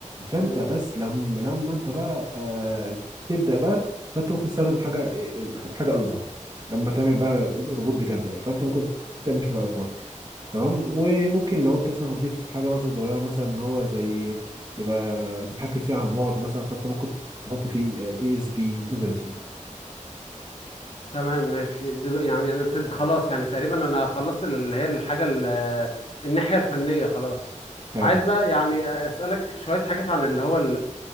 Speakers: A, on the right (about 30°); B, on the left (about 50°).
A: فانت
B: مم.
A: بس لما لما انت بقى آه، تبدا بقى فانت ممكن تستخدم حاجه حاجه اكبر لما تعمل بقى روبوت بجد بقى فانت ممكن تعمل حاجه اكبر تمام وممكن لو انت مثلا هتضيف حاجه مثلا صغيره مثلا ان هو زي يبقى تتحكم فيه عن بعد مثلا فانت ممكن تحط فيه اي اس بي 32
B: تمام ماشي دل يعني انا ابتديت خلاص يعني تقريبا انا خلصت ال- اللي هي الحاجة ال- الناحية الفنية خلاص
A: حلو
B: عايز بقى يعني أسألك شوية حاجات عن اللي هو